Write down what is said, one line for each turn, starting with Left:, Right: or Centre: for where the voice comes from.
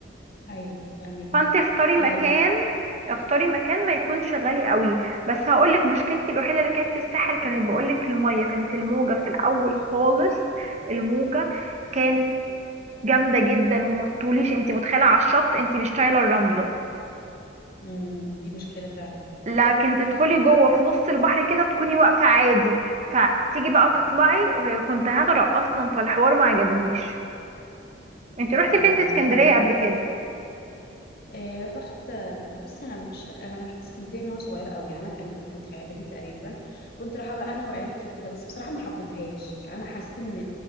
Left: ايوه فاهمك
Right: فانت اختاري
Left: إيه.
Right: مكان اختاري مكان ما يكونش غالي قوي بس هقولك مشكلتي الوحيده اللي كانت في الساحل كانت بقولك الميه كانت الموجه في الاول خالص الموجه كانت جامده جدا وما تطوليش انت متخيله على الشط انت مش طايله الرمله
Left: أمم، دي مشكله فعلا
Right: لكن تدخلي جوه في نص البحر كده تكوني واقفة عادي فتيجي بقى
Left: أمم،
Right: تطلعي آه، كنت هغرق اصلا فالحوار ما عجبنيش انت
Left: لا
Right: روحتي فين
Left: آه، ما
Right: في اسكندرية
Left: انا ما أنا-
Right: قبل كده
Left: إيه. رحت آه، بصي انا مش فاكره انا رحت اسكندريه من وانا صغيره قوي يعني انا كان كنت في اعدادي تقريبا كنت رايحه بقى انا وعيلتي وكده بس بصراحه ما حبيتهاش يعني انا حسيت ان